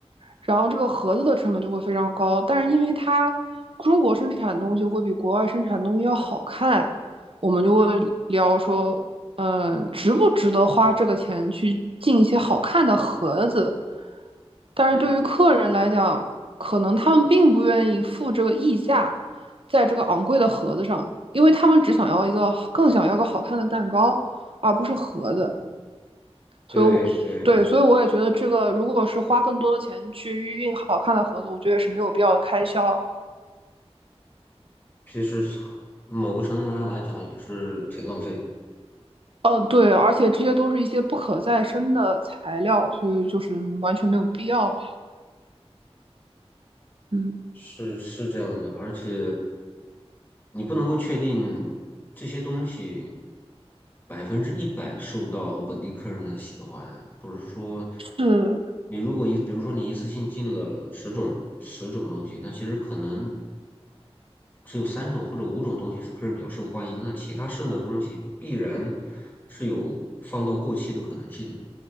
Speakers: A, on the right; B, on the left.
A: 然后这个盒子的成本就会非常高。但是因为它中国生产东西会比国外生产东西要好看，我们就会聊说，嗯，值不值得花这个钱去进一些好看的盒子？但是对于客人来讲，
B: 嗯，
A: 可能他们并不愿意付这个溢价，在这个昂贵的盒子上，因为他们只想要一个更想要个好看的蛋糕，而不是盒子。所以对，
B: 对对，
A: 所以我也觉得这个如果是花更多的钱去预印好看的盒子，我觉得也是没有必要的开销。
B: 其实从某个程度上来讲也是挺浪费的。
A: 呃，对，而且这些都是一些不可再生的材料，所以就是完全没有必要吧。嗯，
B: 是是这样的，而且你不能够确定这些东西百分之一百受到本地客人的喜欢，不是说
A: 是
B: 你如果一，比如说你一次性进了十种十种东西，那其实可能只有三种或者五种东西是客人比较受欢迎，那其他剩的东西必然是有放到过期的可能性的。